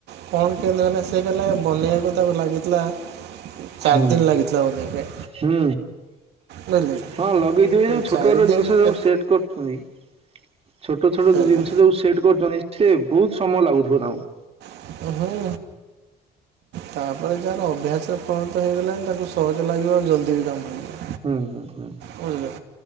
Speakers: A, on the right; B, on the right.
A: କଣ କେମିତି କଲେ ସେ କଇଲା ବନେଇଆକୁ ତାକୁ ଲାଗିଥିଲା ଚାର୍
B: ହୁଁ
A: ଦିନ୍ ଲାଗିଥିଲା ବନେଇଆ ପାଇଁ।
B: ହୁଁ
A: ବୁଝିଲେ
B: ହଁ ଲଗେଇଥିବେ ଏ ଯୋଉ ଛୋଟ
A: ଚାରି
B: ଛୋଟ
A: ଦିନ
B: ଜିନିଷ ସବୁ
A: କେ
B: ସେଟ୍ କରୁ <unintelligible> ଛୋଟ ଛୋଟ
A: ଆଜ୍ଞା
B: ଜିନିଷ ଯୋଉ ସେଟ୍ କରୁଛନ୍ତି। ସେ ବହୁତ ସମୟ ଲାଗୁଥିବ ତାଙ୍କୁ।
A: <unintelligible> ତାପରେ ଯାହାର ଅଭ୍ୟାସରେ ପ୍ରରିଣତ ହେଇଗଲାଣି। ତାକୁ ସହଜ ଲାଗିବ ଆଉ ଜଲଦି ବି କାମ ହେଇଯିବ।
B: ହୁଁ ହୁଁ ହୁଁ
A: ବୁଝିଲେ